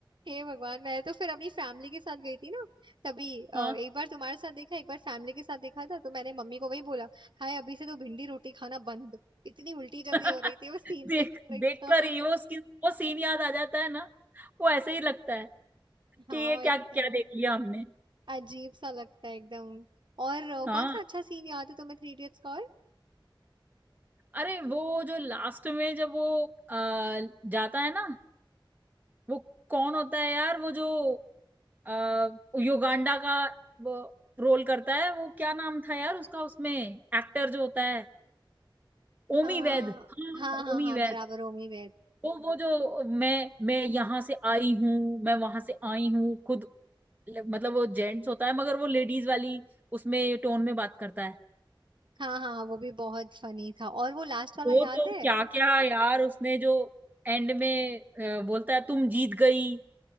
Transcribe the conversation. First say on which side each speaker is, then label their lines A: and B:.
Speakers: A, on the right; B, on the right.
A: हे भगवान मैं तो फिर अपनी फैमिली के साथ गई थी ना तभी अ,
B: हाँ
A: एक बार तुम्हारे साथ देखा एक बार फैमिली के साथ देखा था तो मैंने मम्मी को वही बोला हाय अभी से तो भिंडी रोटी खाना बंद इतनी उल्टी जैसी
B: <laughs>
A: हो रही थी वो सीन
B: देख
A: देखकर एकदम
B: देख कर ही वो उसकी वो सीन याद आ जाता है ना वो ऐसे ही लगता है
A: <laughs> हाँ
B: कि ये क्या
A: एकदम
B: क्या देख लिया हमने
A: अजीब सा लगता है एकदम और अ,
B: हाँ
A: कौन सा अच्छा सीन याद है तुम्हें थ्री इडियट्स का और
B: अरे वो जो लास्ट में जब वो आ, जाता है ना वो कौन होता है यार वो जो आ, युगांडा का वो रोल करता है वो क्या नाम था यार उसका उसमें एक्टर जो होता है ओमी
A: हाँ
B: वैद हाँ
A: हाँ
B: ओमी
A: हाँ हाँ
B: वैद
A: बराबर होमी वेर
B: वो वो जो मैं मैं यहाँ से आई हूँ मैं वहां से आई हूँ खुद मतलब वो जेंट्स होता है मगर वो लेडीज वाली उसमें टोन में बात करता है
A: हाँ हाँ हाँ, वो भी बहुत फनी था और वो लास्ट वाला
B: वो
A: याद
B: तो
A: है
B: क्या क्या यार उसने जो एंड में अ, बोलता है तुम जीत गई